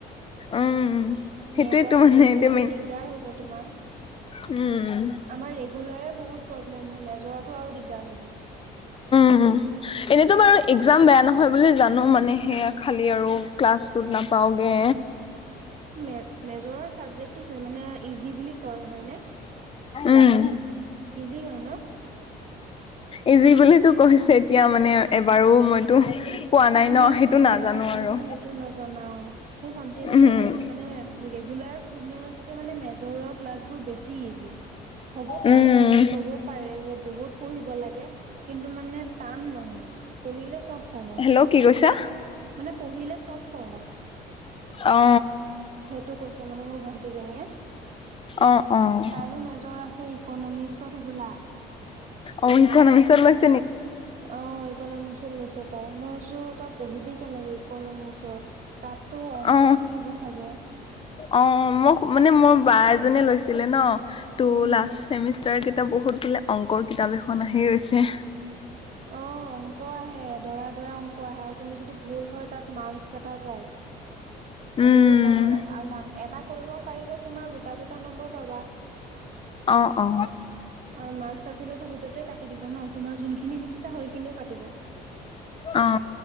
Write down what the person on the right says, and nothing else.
মেজৰত
বেগ
লাগিলে
দিগদাৰ হব তোমাৰ।
আমাৰ ৰেগুলাৰে বহুত প্ৰবলেম হয়, মেজৰটো আৰু দিগদাৰ হ'ব।
মেছ মেজৰৰ চাবজেক্টটো যে মানে ইজি বুলি কয় হয়নে?
ইজি হয় ন?
অ
তুমি
এইটো
কৰা
নাই
ন সেইটো নাজানা অঁ, মোৰ ভন্টি এজনীয়ে
কৈছে মানে ৰেগুলাৰ ষ্টুডেণ্টতকৈ মানে মেজৰৰ ক্লাছ বেছি ইজি, হ'ব পাৰে
মানুহে ক'ব পাৰে যে বহুত পঢ়িব লাগে কিন্তু মানে টান নহয়, পঢ়িলে চব সহজ।
মানে পঢ়িলে চব সহজ।
সেইটো কৈছে মানে মোৰ ভন্টিজনীয়ে।
তাইৰো মেজৰ আছে ইক'ন'মিক্সত হব'লা?
অ ইকনমিক্সত লৈছে তাই, মই কৈছো তই পঢ়িবি কেনেকে ইকনমিক্সত! তাততো অংকও
থাকিব চাগে?
উম
অ', অংক আহে, দৰা দৰা অংক আহে, আৰু তুমি যদি ভুল হয় তাত মাৰ্কচ কাটা যায়,
বহুত ডাঙৰ আৰু ডাঙ, এটা কৰিব কৰিলে তোমাৰ গোটা গোটা নম্বৰ পাবা।
আৰু মাৰ্কচ কাটিলেতো গোটেই টোৱে কাট দিব ন, তোমাৰ জোনখিনি লিখিছ সেই খিনিও কাটিব,